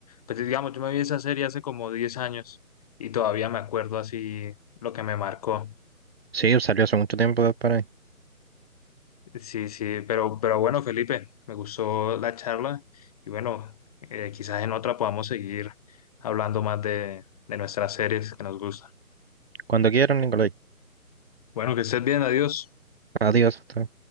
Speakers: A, on the left; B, on the right.
A: pues digamos, yo me vi esa serie hace como 10 años y todavía me acuerdo así lo que me marcó.
B: sí, salió hace mucho tiempo de por ahí.
A: Sí, sí, pero, pero bueno, Felipe, me gustó la charla y bueno, eh, quizás en otra podamos seguir hablando más de, de nuestras series que nos gustan.
B: Cuando quieran, Nicolai.
A: Bueno, que estés bien, adiós.
B: Adiós. hasta